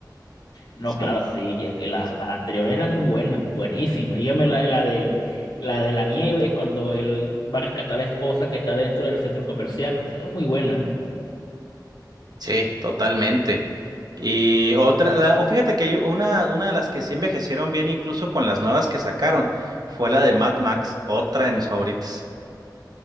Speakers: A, on the left; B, on the right.
A: No,
B: Sí,
A: claro, sí, y es que las, las anteriores eran muy buenas, buenísimas. Dígame la, la del, la de la nieve, cuando él va a rescatar a la esposa que está dentro del centro comercial, esa es muy buena.
B: sí, totalmente. Y otra, la- o fíjate que hay una, una de las que sí envejecieron bien, incluso con las nuevas que sacaron, fue la de Mad Max, otra de mis favoritas.